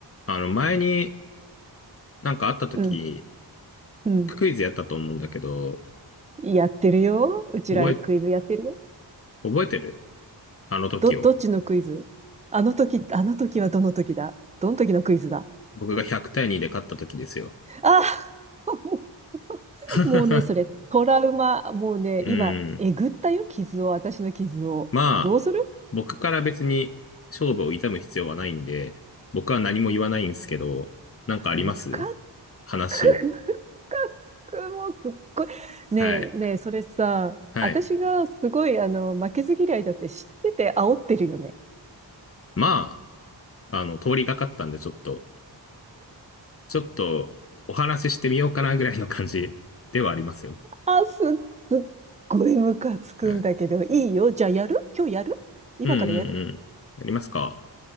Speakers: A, on the left; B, on the right.
A: あの、前になんかあった時、
B: うん、うん。
A: クイズやったと思うんだけど、
B: やってるよ。うちらクイズやってるよ。
A: 覚え、覚えてるあの時を。
B: ど、どっちのクイズあの時、あの時はどの時だどの時のクイズだ
A: 僕が100対2で勝った時ですよ。
B: あ <laughs>
A: <laughs>
B: もうね、それ、トラウマ。もうね、
A: うん。
B: 今、えぐったよ、傷を、私の傷を。
A: まあ、
B: どうする
A: 僕から別に勝負を痛む必要はないんで、僕は何も言わないんですけど、なんかあります
B: むか
A: 話。
B: つく、むかつく、もうすっごい。ねえ、
A: はい。
B: ねえ、それさ、
A: はい。
B: 私がすごい、あの、負けず嫌いだって知ってて煽ってるよね。
A: まあ、あの、通りがかったんでちょっと、ちょっとお話ししてみようかなぐらいの感じではありますよ。
B: あ、すっ、すっごいムカつくんだけど、
A: はい。
B: いいよ。じゃあやる今日やる今からやる
A: うんうんうん。やりますか